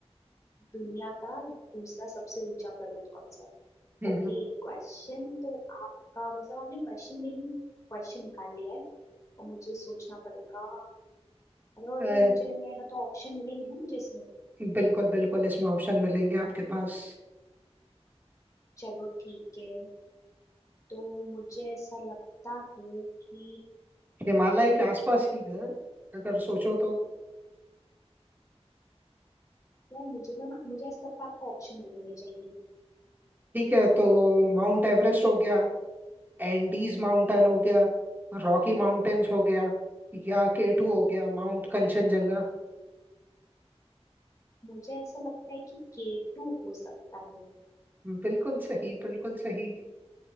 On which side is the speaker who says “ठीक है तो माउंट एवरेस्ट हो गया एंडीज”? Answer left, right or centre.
Right